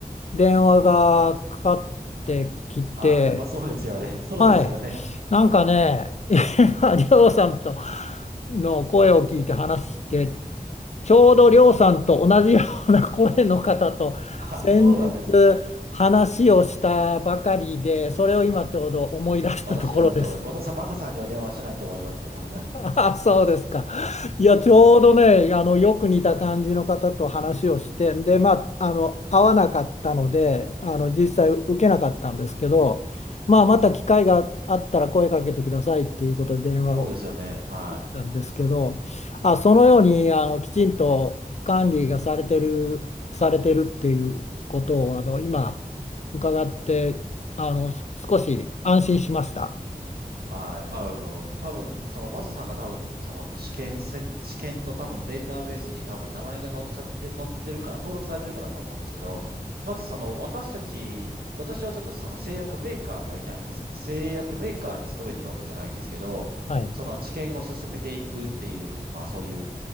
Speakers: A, on the left; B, on the right.
A: 電話がかかってきて、
B: あ、やっぱそうですよね。<laughs> そうですよね。
A: はい。なんかね、<laughs> 今、りょうさんとの声を聞いて話して、ちょうどりょうさんと同じような声の方と先日
B: あ、そうなんですね。
A: 話をしたばかりで、それを今ちょうど思い出したところです。
B: 私じゃないと思う。私はマタさんには電話してないと思いますけど。
A: <laughs> あそうですか。いや、
B: <laughs>
A: ちょうどね、あの、よく似た感じの方と話をして、で、まあ、あの、会わなかったので、あの、実際受けなかったんですけど、
B: うん、
A: まあ、また機会があったら声かけてくださいっていうことで電話を
B: <laughs> そうですよね。はい。
A: 切ったんですけど、あ、そのように、あの、きちんと管理がされてる、されてるっていうことを、あの、今、伺って、あの、少し安心しました。
B: はい。あの、多分、その、マサさんが多分、その、知見せん、知見の多分データベースに多分名前が載っちゃって、載ってるから、登録されてるからだと思うんですけど、まずその、私たち、私はちょっとその製薬メーカーにはいないんですけど、製薬メーカーに勤めてるわけじゃないんですけど、
A: はい。
B: その知見を進めていくっていう、まあそういう